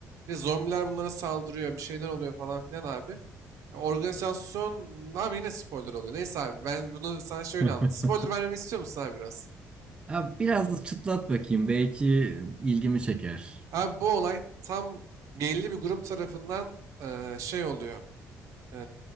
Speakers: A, on the right; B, on the right.
A: İşte zombiler bunlara saldırıyor. Bir şeyler oluyor falan filan abi. Ya Organizasyon abi yine spoiler oluyor. Neyse abi ben bunu sana şöyle
B: <laughs>
A: anlat. Spoiler vermemi istiyor musun abi biraz?
B: Ya biraz çıtlat bakayım. Belki ilgimi çeker.
A: Abi bu olay tam belli bir grup tarafından eee, şey oluyor. Eee,